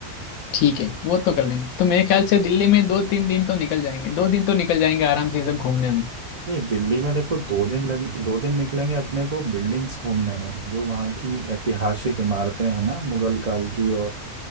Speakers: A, on the left; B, on the right.
A: ठीक है वो तो कर लेंगे तो मेरे ख्याल से दिल्ली में दो तीन दिन तो निकल जाएंगे दो दिन तो निकल जाएंगे आराम से ये सब घूमने में
B: नहीं दिल्ली में देखो दो दिन लगे दो दिन निकलेंगे अपने को बिल्डिंग्स घूमने में जो वहाँ की ऐतिहासिक इमारतें हैं ना मुगल काल की और